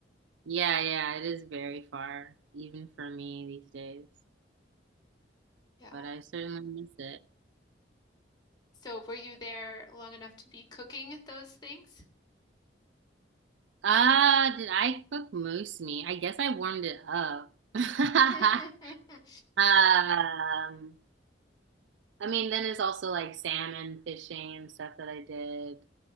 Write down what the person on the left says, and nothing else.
Yeah.
So were you there long enough to be cooking those things?
<laughs> Yeah.